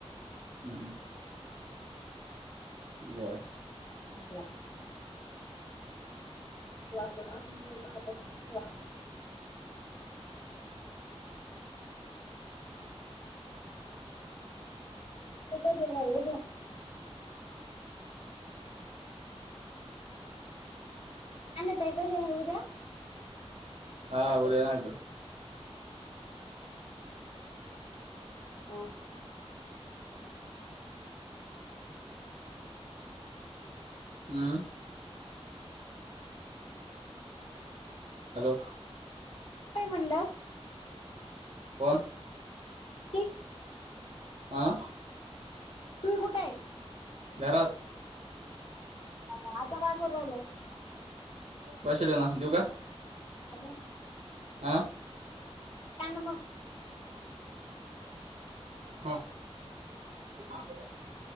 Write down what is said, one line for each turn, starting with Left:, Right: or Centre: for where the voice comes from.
Right: हम.
Left: हं.
Right: जेवण.
Left: झाला आताच. <unintelligible> आपण बोलता आता, तसंच बोलायचं. हम्म. <unintelligible> काहीतरी हाय उद्या?
Right: हा उद्या <unintelligible>
Left: हा.
Right: <inaudible> अं. हॅलो.
Left: काय म्हणलं?
Right: कोण?
Left: <unintelligible>
Right: आं?
Left: तुम्ही कुठय?
Right: घरात.
Left: हा, का? आता काय, करू राहिल्या?
Right: पैसे देऊ ना? देऊ का?
Left: हा, दे.
Right: अं.
Left: द्या न, मग.
Right: ह. <unintelligible>